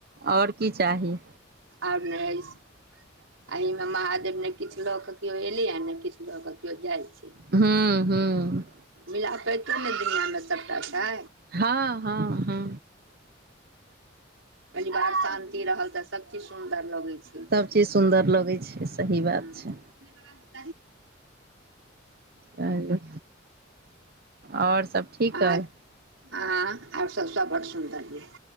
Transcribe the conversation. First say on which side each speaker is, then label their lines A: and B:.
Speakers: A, on the right; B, on the right.
A: ओर की चाही
B: ओर नय ऐछ आ एहि मे महादेव ने किछु लऽ किऔ एलै आ ने किछु लऽ के किऔ जाय छै
A: हँ हँ
B: मिल पैंतो नहि दुनिआँमे सबटा छै
A: हँ हँ हँ
B: परिवार शान्ति रहल तऽ सभ चीज सुन्दर लगै छै
A: चि सुन्दर लगै छै सही
B: <unintelligible>
A: बात छै चलू आओर सब ठीक
B: तहन
A: अइ
B: आ आ आर सोब सब बड़ड सुन्दर यै